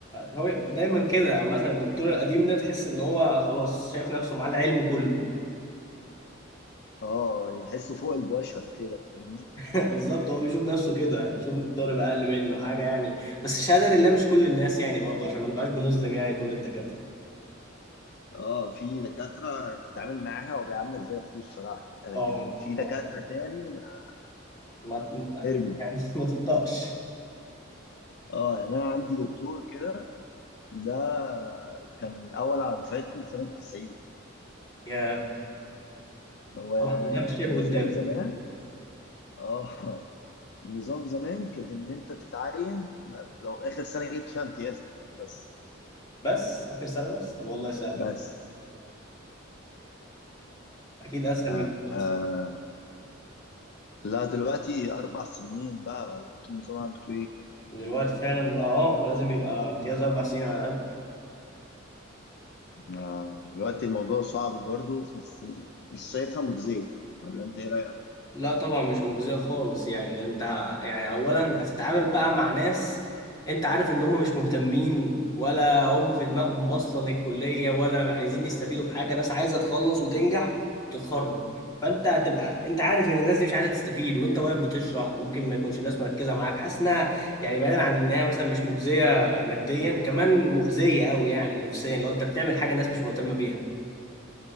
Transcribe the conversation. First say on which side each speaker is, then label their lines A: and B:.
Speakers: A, on the left; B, on the left.
A: هو دايما كده يعني، مثلا الدكتور القديم ده تحس ان هو خلاص شايف نفسه معاه العلم كله
B: اه يحسوا فوق البشر كده فاهمني
A: <laughs> بالظبط هو بيشوف نفسه كده يشوف ان الطالب اقل منه حاجه يعني بس الشهاده لله مش كل الناس يعني برضه عشان ما نبقاش بنظلم يعني كل الدكاتره
B: اه في دكاترة بتتعامل معاها وبيعاملك زي اخوه الصراحة لكن
A: اه
B: في دكاترة
A: آه، يعني
B: تاني ما-
A: ما ت-
B: ارمي
A: يعني <laughs> ما تطقش
B: اه يعني انا عندي دكتور كده ده كان الاول على دفعته في سنة 90
A: يا
B: هو
A: طبعا ده مش شايف
B: نظام
A: قدامه
B: زمان اه نظام زمان كانت ان انت تتعين لو اخر سنه جبت فيها امتياز بس
A: بس اخر سنه بس طب والله سهل
B: بس
A: اكيد اسهل
B: آه.
A: من دلوقتي
B: آه. لا دلوقتي اربع سنين بقى ولا انتوا النظام عندكم ايه؟
A: دلوقتي فعلا اه لازم يبقى امتياز اربع سنين على الاقل
B: آه. دلوقتي الموضوع صعب برضه في نفس مش شايفها مجزيه ولا انت ايه رايك؟
A: لا طبعا مش مجزية خالص يعني ده انت يعني اولا هتتعامل بقى مع ناس انت عارف ان هم مش مهتمين ولا هم في دماغهم اصلا الكلية ولا عايزين يستفيدوا بحاجة ناس عايزة تخلص وتنجح وتتخرج فانت هتبقى انت عارف ان الناس دي مش عايزة تستفيد وانت واقف بتشرح وممكن ما يكونش الناس مركزة معاك حاسس انها يعني بعيدا عن انها مثلا مش مجزية ماديا كمان مؤذية قوي يعني نفسيا لو انت بتعمل حاجة الناس مش مهتمة بيها